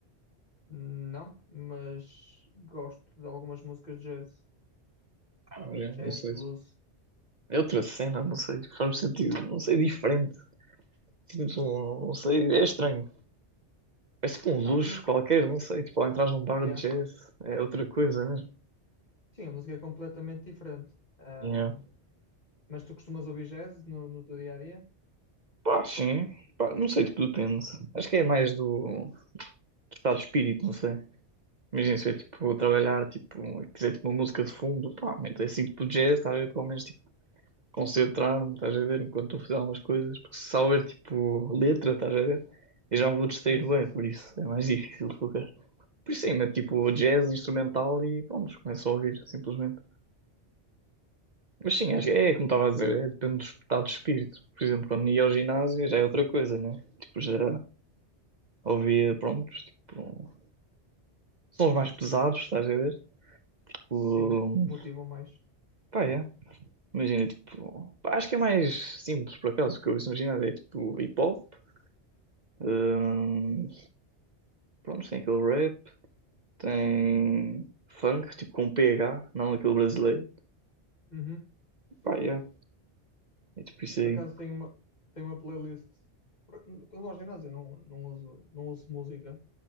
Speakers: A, on the left; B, on the right.
A: Não, mas gosto de algumas músicas de jazz.
B: Ah, já,
A: Jazz,
B: não sei.
A: blues.
B: É outra cena, não sei, faz-me sentido, não sei, diferente. Sinto, não sei, é estranho. É tipo um luxo
A: Não, a música.
B: qualquer, não sei. Tipo, ao entrar num bar
A: Yeah.
B: de jazz é outra coisa, né?
A: Sim, a música é completamente diferente. Ahm,
B: Yeah.
A: mas tu costumas ouvir jazz no, no teu dia a dia?
B: Pá, sim. Pá, não sei, tipo, depende. Acho que é mais do, do estado de espírito, não sei. Imagina se eu, tipo, trabalhar, tipo, quiser, tipo, uma música de fundo, pá, meto assim, tipo, jazz, estar a ver, pelo menos, tipo, concentrar-me, estás a ver, enquanto estou a fazer algumas coisas. Porque se só houver, tipo, letra, estás a ver, eu já me vou distrair
A: Sim, sim,
B: bem,
A: sim.
B: por isso é mais <laughs> difícil de focar. Por isso, sim, meto, tipo,
A: Sim,
B: jazz, instrumental e, pronto começo a ouvir, simplesmente. Mas sim,
A: yeah.
B: acho que é é como estava a dizer, é, depende do estado de espírito. Por exemplo, quando ia ao ginásio já é outra coisa, né? Tipo, já ouvia, pronto, tipo, sons mais pesados, estás a ver? Tipo,
A: Sim, que motivam mais.
B: pá, é. Imagina, tipo, pá, acho que é mais simples por acaso, o que eu ouço no ginásio é tipo hip hop, hum, pronto, tem aquele rap, tem funk, tipo com PH, não aquele brasileiro,
A: Uhum.
B: pá, é. É tipo isso
A: Por
B: aí.
A: acaso tenho uma, tenho uma playlist. por- Quando vou ao ginásio, eu não, não uso, não ouço música.